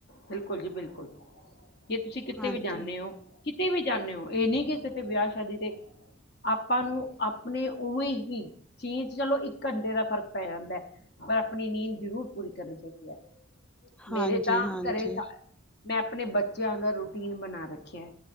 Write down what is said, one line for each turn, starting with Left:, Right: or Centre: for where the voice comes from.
Left: ਬਿਲਕੁਲ ਜੀ ਬਿਲਕੁਲ ਜੇ ਤੁਸੀਂ ਕਿੱਥਤੇ
Centre: ਹਾਂਜੀ,
Left: ਵੀ ਜਾਂਦੇ ਹੋ ਕਿ ਤੇ ਵੀ ਜਾਂਦੇ ਹੋ ਇਹ ਨਹੀਂ ਕਿ ਕਿਤੇ ਵਿਆਹ ਸ਼ਾਦੀ ਤੇ ਆਪਾਂ ਨੂੰ ਆਪਣੇ ਉਵੇਂ ਹੀ ਚੀਨ ਚ ਚਲੋ ਇੱਕ ਘੰਟੇ ਦਾ ਫ਼ਰਕ ਪੈ ਜਾਂਦਾ ਹੈ ਪਰ ਆਪਣੀ ਨੀਂਦ ਜ਼ਰੂਰ ਪੂਰੀ ਕਰਨੀ ਚਾਹੀਦੀ ਹੈ। ਮੇਰੇ
Centre: ਹਾਂਜੀ,
Left: ਤਾਂ
Centre: ਹਾਂਜੀ,
Left: ਘਰੇ ਮੈਂ ਆਪਣੇ ਬੱਚਿਆਂ ਦਾ ਰੂਟੀਨ ਬਣਾ ਰੱਖਿਆ।